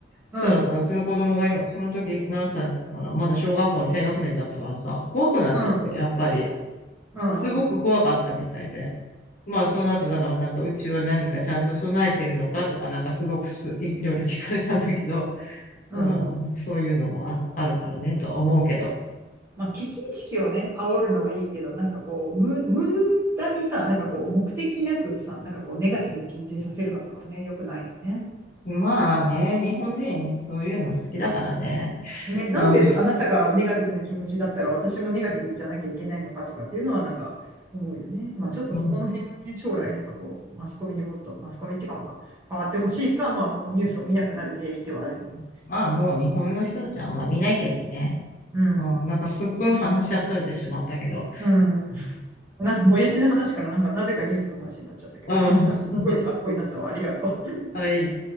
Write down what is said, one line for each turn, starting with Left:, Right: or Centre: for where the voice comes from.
Right: うん、
Left: そしたらさ、うちの子供が今、その時何歳だったかな、まだ小学校の低学年だったからさ、怖くなっちゃって、
Right: うん、
Left: やっぱり。
Right: うん、
Left: すごく怖かったみたいで。
Right: うん。
Left: まあ、その後、だからなんか、うちは何かちゃんと備えてるのかとか、なんかすごくすい、いろいろ聞かれたんだけど、
Right: うん
Left: だから、そういうのもあ、あるからね、とは思うけど。
Right: まあ、危機意識をね、煽るのはいいけど、なんかこう、無、無駄にさ、なんかこう、目的なくさ、なんかこう、ネガティブな気持ちにさせるのとかはね、良くないよね。
Left: まあね、日本人、そういうの好きだからね。
Right: ね、なんであなたがネガティブな気持ちだったら私もネガティブじゃなきゃいけないのかとかっていうのはなんか思うよね。
Left: あ、
Right: まあちょっとそこの辺はね、
Left: うん、
Right: 将来なんかこう、マスコミにもっと、マスコミっていうかまあ変わってほしいか、まあもうニュースを見なくなる原因ではあるよね。
Left: まあ、もう日本の人たちはあんま見ないけどね。
Right: うん。
Left: うん、なんかすっごい話しそれてしまったけど。
Right: うん。<laughs> な、もやしの話からなんかなぜかニュースの話になっちゃったけど、
Left: うん。
Right: まあなんかすごい参考になったわ。
Left: <laughs>
Right: ありがとう。
Left: はい。